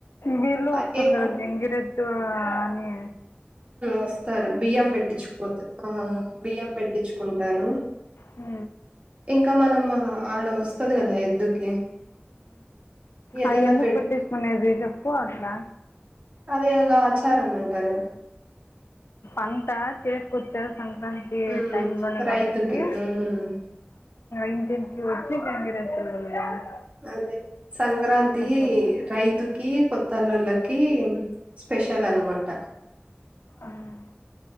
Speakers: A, on the left (about 85°); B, on the right (about 35°).
A: వీళ్ళు
B: ఆ
A: వస్తారు
B: ఏమన్
A: కదా గంగిర ఎద్దు అనే
B: వస్తారు బియ్యం పెట్టించుపోత బియ్యం పెట్టించుకుంటారు
A: హ
B: ఇంకా మనం ఆడ వస్తది కదా ఎద్దుకి ఏదైనా
A: అయ్యి ఎందుకు
B: పెట్
A: పట్టేసుకునేది చెప్పు అట్లా
B: అదే ఒక ఆచారం అంటారు
A: అంతా చేసుకొచ్చ సంక్రాంతి
B: ఉమ్
A: టైమ్ లోనే
B: రైతుకి
A: కాబట్టి
B: ఉమ్
A: ఇంటింటికి వచ్చి గంగిరే <unintelligible>
B: అదే సంక్రాంతి
A: పోతారు
B: రైతుకి కొత్తల్లుళ్ళకి స్పెషల్ అనమాట
A: హ్మ్.